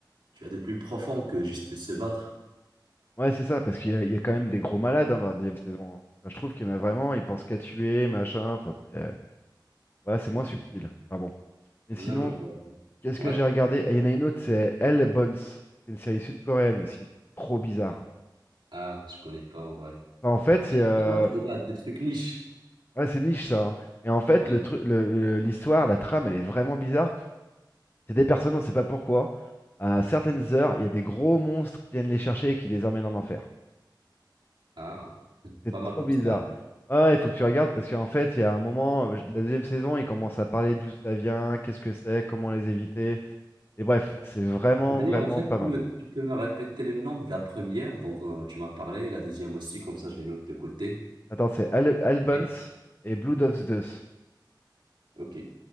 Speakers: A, on the right; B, on the left.
A: tu vois, de plus profond que juste de se battre.
B: Ouais, c'est ça, parce qu'il y a, il y a quand même des gros malades hein, dans la deuxième saison. hein. Enfin, je trouve qu'il y en a vraiment, ils pensent qu'à tuer, machin, enfin, c'est ouais, c'est moins
A: Mm.
B: subtil. Enfin bon. Mais
A: Non,
B: sinon,
A: non, je vois. pas.
B: qu'est-ce que
A: Ouais?
B: j'ai regardé? Et Il y en a une autre, c'est Elle Bones. C'est une série sud-coréenne aussi. C'est trop bizarre.
A: Ah, je connais pas en vrai.
B: Enfin, en fait,
A: Après,
B: c'est euh,
A: pourquoi tu regardes des trucs niches?
B: Ouais, c'est niche ça. hein. Et en fait,
A: Ouais.
B: le truc, le- le- l'histoire, la trame, elle est vraiment bizarre. C'est des personnes, on ne sait pas pourquoi. À certaines heures, il y a des gros monstres qui viennent les chercher et qui les emmènent en enfer.
A: Ah,
B: C'est
A: pas mal
B: trop
A: comme
B: bizarre.
A: ça.
B: Ah Ouais, il faut que tu regardes parce qu'en fait, il y a un moment, euh, la deuxième saison, ils commencent à parler d'où ça vient, qu'est-ce que c'est, comment les éviter. Et bref, c'est vraiment,
A: Et D'ailleurs,
B: vraiment
A: en fait,
B: pas
A: tu
B: mal.
A: me- tu peux me répéter le nom de la première dont euh, tu m'as parlé, et la deuxième aussi, comme ça je les note de côté.
B: Attends, c'est Al Albans
A: Ok.
B: et Blood of Zeus.
A: Ok.